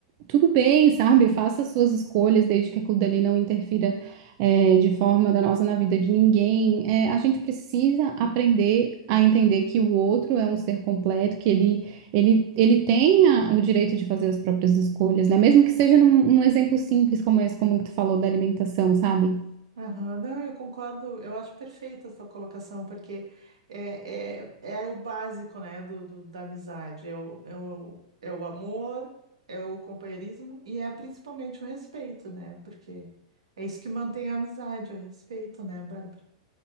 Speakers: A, on the right; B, on the right.
A: tudo bem, sabe? Faça as suas escolhas, desde que aquilo dali não interfira, é, de forma danosa na vida de ninguém. É, a gente precisa aprender a entender que o outro é um ser completo, que ele, ele, ele tem a- o direito de fazer as próprias escolhas, né? Mesmo que seja num, num exemplo simples como esse, como que tu falou da alimentação, sabe?
B: Aham, Não, eu concordo, eu acho perfeita a sua colocação, porque é, é, é o básico, né, do, do- da amizade, é o, é o, é o amor, é o companheirismo e é principalmente o respeito, né, porque é isso que mantém a amizade, é o respeito, né, Bárbara?